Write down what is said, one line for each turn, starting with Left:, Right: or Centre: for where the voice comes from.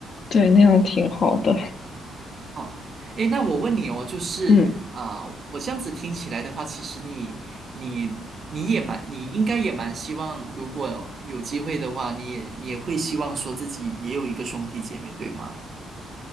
Left: 对，那样挺好的。
Right: 哦，诶，那我问你哦，就是啊、
Left: 嗯。
Right: 我这样子听起来的话，其实你你你也蛮，你应该也蛮希望，如果有机会的话，你也也会希望说自己也有一个兄弟姐妹，对吗？